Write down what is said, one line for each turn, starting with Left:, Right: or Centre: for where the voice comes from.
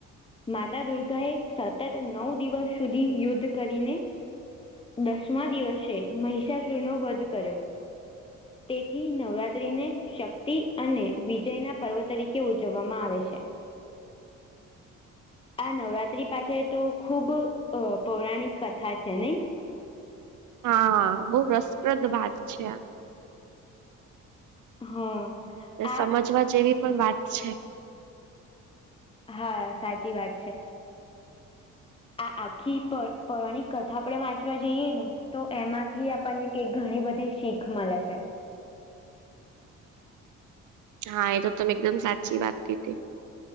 Left: માતા દુર્ગા એ સતત નવ દિવસ સુધી યુદ્ધ કરીને. દસમા દિવસે મહિષાસુરનો વધ કર્યો. તેથી નવરાત્રીને શક્તિ અને વિજય ના પર્વ તરીકે કેવ ઉજવવામાં આવે છે. આ નવરાત્રી પાછ તો ખૂબ પૌરાણિક કથા છે નહી.
Right: હા બહુ રસપ્રદ વાત છે આ.
Left: હા.
Right: એ
Left: આ
Right: સમજવા જેવી પણ વાત છે.
Left: હા સાચી વાત છે આ. આખી પરવાની કથા આપડે વાંચવા જઈએ ને તો એમાંથી આપણને ક ઘણી બધી શીખ મળે છે.
Right: હા એ તો તમે એકદમ સાચી વાત કી હતી.